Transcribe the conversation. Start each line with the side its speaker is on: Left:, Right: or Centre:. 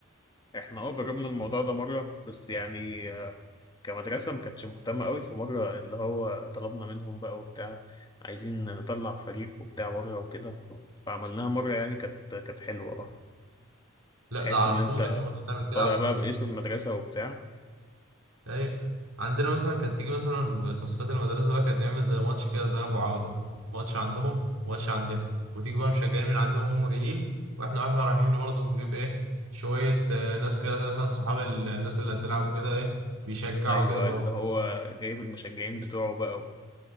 Left: احنا اه جربنا الموضوع ده مرة بس يعني آه، كمدرسة ما كانتش مهتمة قوي في مرة اللي هو طلبنا منهم بقى وبتاع عايزين نطلع فريق وبتاع بره وكده فعملناها مرة يعني كانت كانت حلوة اه
Right: لا
Left: تحس
Right: ده على
Left: ان انت
Right: طول احنا كنا بنعمل كده
Left: طالع
Right: على طول
Left: بقى باسم المدرسة وبتاع
Right: ايوه عندنا مثلا كانت تيجي مثلا تصفيات المدرسه بقى كانت نعمل زي ماتش كده ذهاب وعوده ماتش عندهم وماتش عندنا وتيجي بقى مشجعين من عندهم وهم جايين واحنا واحنا رايحين برضه نجيب ايه شويه آه، ناس كده زي مثلا صحاب ال- الناس اللي هتلعب كده ايه بيشجعوا
Left: ايوه
Right: كده برضه
Left: اللي هو جايب المشجعين بتوعه بقى و...